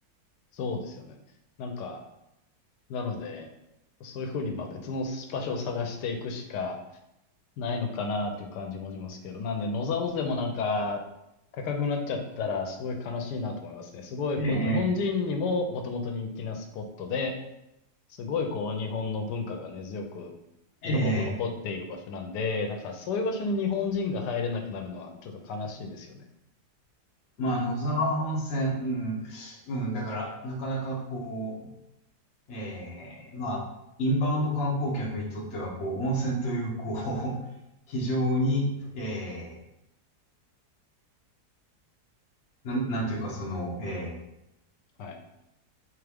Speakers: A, on the left; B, on the left.
A: そうですよね。なんか、なので、そういう風に、ま、別の場所を探していくしかないのかなっていう感じもしますけど、なんで、野沢温泉もなんか、高くなっちゃったらすごい悲しいなと思いますね。すごいこう日本人にももともと人気なスポットで、
B: <laughs> ええ
A: すごいこう日本の文化が根強く、
B: ええ
A: 色濃く残っている場所なんで、なんかそういう場所に日本人が入れなくなるのはちょっと悲しいですよね。
B: まあ、野沢温泉、うん、うん、だから、なかなかこう、ええまあ、インバウンド観光客にとっては、こう、温泉という、こう、<laughs> 非常に、ええなん、なんていうか、その、ええ
A: はい。